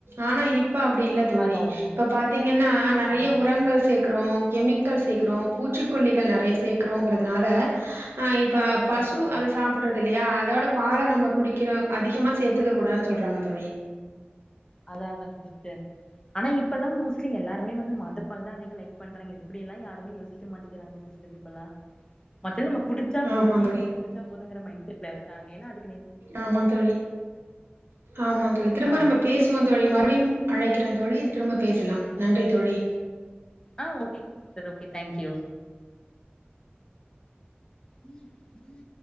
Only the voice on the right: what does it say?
ஆனா இப்ப அப்ப அப்படி இல்ல தோழி
இப்போ பாத்தீங்கன்னா நிறைய
உரங்கள் சேக்குறோம் கெமிக்கல் சேக்றோ பூச்சிக்கொல்லிகள்
நிறைய கே்கறோங்கிறதுனால இப்ப ப பசு
அத சாப்புட்றது இல்லையா அதோட பால நம்ம குடிக்கிறோ அதிகமா சேத்துக்க கூடாதுனு சொல்றாங்க தோழி
ஆமா
தோழி.
ஆமா தோழி, ஆமா தோழி திரும்ப
நம்ம பேசுவோ தோழி மறுபடியும் அழைக்கிற தோழி திரும்ப பேசலாம் நன்றி தோழி.